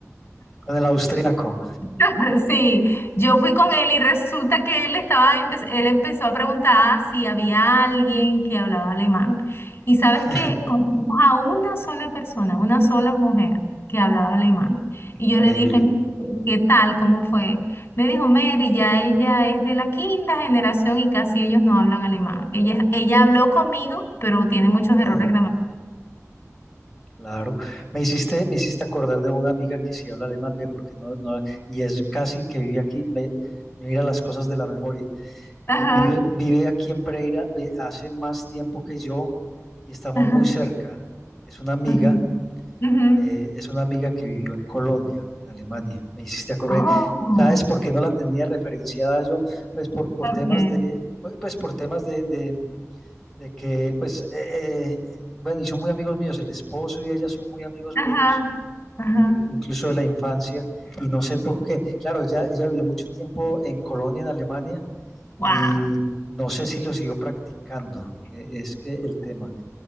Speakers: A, in the centre; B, on the left (about 40°).
A: Con el austríaco.
B: <laughs> Sí, yo fui con él y resulta que él estaba, empe- él empezó a preguntar si había alguien que hablaba alemán. Y sabes
A: <laughs>
B: que conocimos a una sola persona, una sola mujer que hablaba alemán. Y
A: Increíble.
B: yo le dije, "Mira, ¿qué qué tal? ¿Cómo fue? Me dijo, Mary, ya ella es de la quinta generación y casi ellos no hablan alemán. Ella, ella habló conmigo, pero tiene muchos errores
A: Mm, Claro. Me hiciste, me hiciste acordar de una amiga que sí habla alemán, ve, porque no, no, y es casi que vive aquí. Me, mira las cosas de la memoria.
B: Ajá,
A: Eh, vive, vive aquí en Pereira, eh, hace más tiempo que yo y estamos
B: ajá,
A: muy cerca. Es una amiga.
B: ok. Ujú.
A: eh, es una amiga que vivió en Colonia, en Alemania. Me hiciste acordar.
B: Oh,
A: ¿Sabes por qué no la tenía referenciada yo? Pues por, por
B: ok.
A: temas de, pues pues por temas de, de- de que, pues, eh, eh, bueno, y son muy amigos míos, el esposo y ella son muy amigos
B: Ajá,
A: míos,
B: ajá.
A: y de- incluso de la infancia, y no sé por qué. Claro, ella, ella vivió mucho tiempo en Colonia, en Alemania,
B: Wow.
A: y no sé si lo siguió practicando, eh, es que el tema.